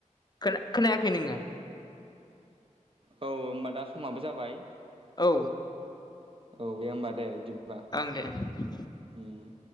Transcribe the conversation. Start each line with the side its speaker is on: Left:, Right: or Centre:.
Left: खोना खोनायाखै नोंङो?
Right: औ औ होमबा दा समाबो जाबाय।
Left: औ।
Right: औ दे होनोमबा दे बिदिबा।
Left: ओं दें ओं।
Right: उम